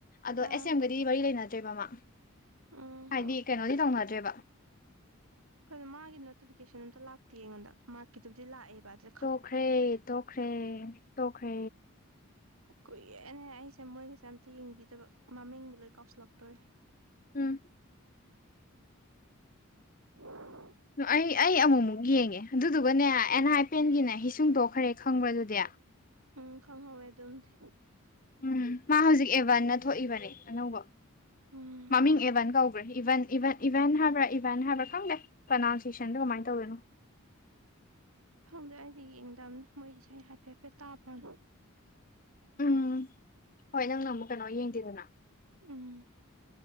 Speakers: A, on the left; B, on the right.
A: ꯑꯗꯣ
B: ꯑꯥ
A: ꯑꯦꯁ ꯑꯦꯝꯒꯗꯤ ꯃꯔꯤ ꯂꯩꯅꯗꯦ ꯅꯠꯇꯦꯕꯃꯥ
B: ꯎꯝ
A: ꯍꯥꯏꯗꯤ ꯀꯩꯅꯣꯗꯤ ꯇꯧꯅꯗ꯭ꯔꯦꯕ
B: ꯀꯩꯅꯣ ꯃꯥꯒꯤ ꯅꯣꯇꯤꯐꯤꯀꯦꯁꯟ ꯑꯝꯇ ꯂꯥꯛꯇꯦ ꯑꯩꯉꯣꯟꯗ ꯃꯥꯔꯛꯀꯤꯗꯨꯕꯨꯗꯤ ꯂꯥꯛꯑꯦꯕ ꯑꯗꯨ
A: ꯇꯣꯛꯈ꯭ꯔꯦ ꯇꯣꯛꯈ꯭ꯔꯦ ꯇꯣꯛꯈ꯭ꯔꯦ
B: ꯀꯨꯏꯔꯦꯅꯦ ꯑꯩꯁꯦ ꯃꯣꯏꯒꯤꯁꯦ ꯑꯝꯇ ꯌꯦꯡꯕꯤꯗꯕ ꯃꯃꯤꯡꯗꯤ ꯂꯣꯏ ꯀꯥꯎꯁꯤꯜꯂꯛꯇꯣꯔꯦ
A: ꯎꯝ
B: ꯎꯝ
A: ꯑꯩ ꯑꯩ ꯑꯃꯨꯛꯃꯨꯛ ꯌꯦꯡꯉꯦ ꯑꯗꯨꯗꯨꯒꯅꯦ ꯑꯦꯟ ꯍꯥꯏꯄꯦꯟꯒꯤꯅꯦ ꯍꯁꯤꯡꯗꯣ <unintelligible> ꯈꯪꯕ꯭ꯔꯥ ꯑꯗꯨꯗꯤ
B: ꯎꯝ ꯈꯪꯍꯧꯋꯦ ꯑꯗꯨꯝꯗꯤ
A: ꯎꯝ ꯃꯥ ꯍꯧꯖꯤꯛ ꯑꯦꯚꯟꯅ ꯊꯣꯛꯏꯕꯅꯦ ꯑꯅꯧꯕ
B: ꯎꯝ
A: ꯃꯃꯤꯡ ꯑꯦꯚꯟ ꯀꯧꯕ ꯏꯚ ꯏꯚꯦꯟ ꯍꯥꯏꯕ꯭ꯔꯥ ꯏꯚꯦꯟ ꯍꯥꯏꯕ꯭ꯔꯥ ꯈꯪꯗꯦ ꯄ꯭ꯔꯅꯥꯎꯟꯁꯤꯌꯦꯁꯟꯗꯣ ꯀꯃꯥꯏꯅ ꯇꯧꯗꯨꯢꯅꯣ
B: ꯈꯪꯗꯦ ꯑꯩꯗꯤ ꯌꯦꯡꯗꯝꯅꯤꯅ ꯃꯣꯏ ꯏꯁꯩ ꯍꯥꯏꯐꯦꯠ ꯍꯥꯏꯐꯦꯠ ꯇꯥꯕ ꯋꯥꯅꯤ
A: ꯎꯝ ꯍꯣꯏ ꯅꯪꯅ ꯑꯃꯨꯛ ꯀꯩꯅꯣ ꯌꯦꯡꯗꯦꯗꯅ
B: ꯎꯝ